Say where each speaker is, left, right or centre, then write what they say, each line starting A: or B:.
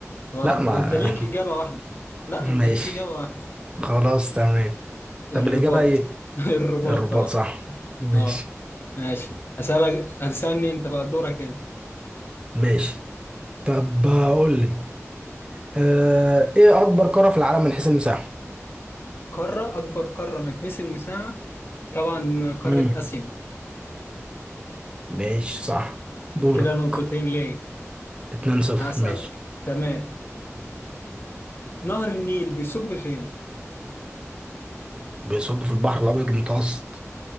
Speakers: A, on the left; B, on the right.
A: غلط
B: لا ما
A: برضه انت ليك اجابة واحدة
B: <laughs>
A: لا
B: ماشي
A: انت ليك اجابة واحدة
B: خلاص تمام
A: الرباط
B: طب الإجابة ايه؟
A: <laughs> الرباط
B: الرباط
A: طبعا
B: صح ماشي
A: اه ماشي اسألك هتسألني انت بقى دورك انت
B: ماشي طب قول لي آه، ايه اكبر قارة في العالم من حيث المساحة
A: قارة اكبر قارة من حيث المساحة طبعا قارة
B: امم
A: اسيا
B: ماشي صح دورك
A: كده نقطتين ليا
B: 2 0
A: هسألك
B: ماشي
A: تمام نهر النيل بيصب فين؟
B: بيصب في البحر الابيض المتوسط